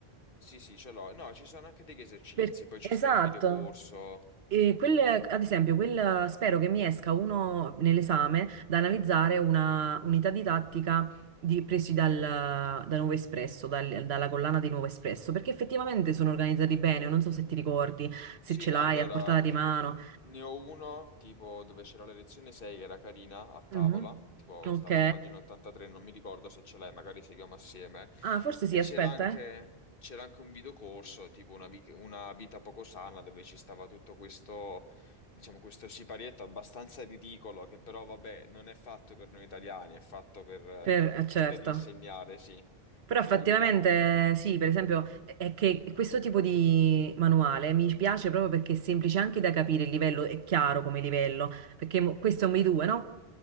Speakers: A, on the left; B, on the right.
A: Sì, sì, ce l'ho. No, ci sono anche degli esercizi,
B: per-
A: poi ci
B: esatto.
A: sta il videocorso.
B: E quel, ad esempio, quel, spero che mi esca uno nell'esame da analizzare una unità didattica di- presi dal, da Nuovo Espresso, dal- dalla collana di Nuovo Espresso, perché effettivamente sono organizzati bene, non so se ti ricordi, se
A: Sì,
B: ce
A: no,
B: l'hai
A: allora
B: a portata
A: mh,
B: di mano.
A: ne ho uno tipo dove c'era la lezione 6 che era carina a tavola,
B: Mhm.
A: tipo
B: Ok.
A: stava a pagina 83, non mi ricordo se ce l'hai, magari seguiamo assieme.
B: Ah, forse sì,
A: E c'era
B: aspetta,
A: anche,
B: eh.
A: c'era anche un videocorso, tipo una, vi- una vita poco sana, dove ci stava tutto questo, diciamo, questo siparietto abbastanza ridicolo, che però, vabbè, non è fatto per noi italiani, è fatto per
B: Per, eh, certo.
A: per insegnare, sì.
B: Però effettivamente
A: Quindi vediamo.
B: sì, per esempio, è è che questo tipo di manuale mi piace proprio perché è semplice anche da capire il livello, è chiaro come livello, perché mo- questo è un B2, no?